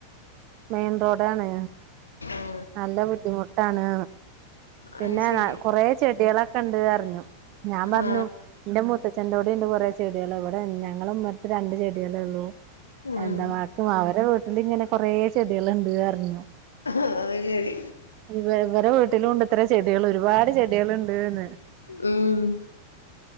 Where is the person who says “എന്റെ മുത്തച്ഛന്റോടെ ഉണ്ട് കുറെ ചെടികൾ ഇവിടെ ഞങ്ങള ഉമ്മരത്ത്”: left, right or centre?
Right